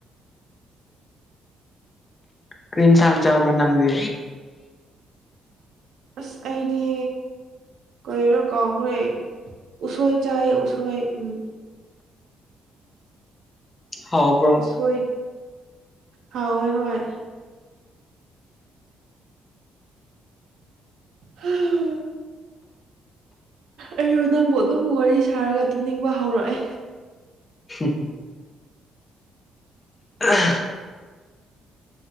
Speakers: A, on the left; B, on the right.
A: ꯀꯔꯤꯏꯟꯁꯥꯡ ꯆꯥꯕ꯭ꯔꯥ ꯅꯗꯤ
B: ꯑꯁ ꯑꯩꯗꯤ ꯀꯩꯔꯣ ꯀꯥꯎꯈ꯭ꯔꯦ ꯎꯁꯣꯏ ꯆꯥꯏ ꯎꯁꯣꯏ ꯎꯝ
A: ꯍꯥꯎꯕꯔꯣ
B: ꯁꯣꯏ ꯍꯥꯎꯋꯦ ꯍꯥꯎꯋꯦ ꯍꯥ ꯑꯩꯁꯨ ꯅꯪꯕꯨ ꯑꯗꯨꯝ ꯋꯥꯔꯤ ꯁꯥꯔꯒ ꯇꯨꯝꯅꯤꯡꯕ ꯍꯧꯔꯛꯑꯦ
A: ꯍꯝ ꯑꯥ